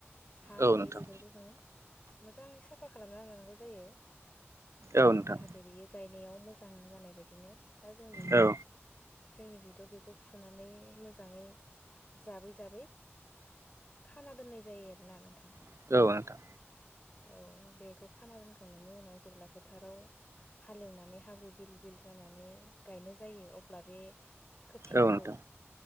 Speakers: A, on the left; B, on the right.
A: हा
B: औ
A: थायो
B: नोंथां
A: बेफोरखौ जोङो मोजाङै साफा खालामना लानांगौ जायो।
B: औ नोंथां
A: जाहाथे बियो गायनायाव मोजां जानाय बायदिनो दा जों बेखौ
B: औ
A: जोंनिखैथ' बेखौ फुनानै मोजाङै जाबै जाबै खाना दोननाय जायो आरोना नोंथां
B: औ नोंथां
A: औ बेखौ खाना दोनखांनायनि उनाव जेब्ला फोथाराव हालेवनानै हाब्रु बिल बिल जा नानै गायनो जायो अब्ला बे खोथियाखौ
B: औ नोंथां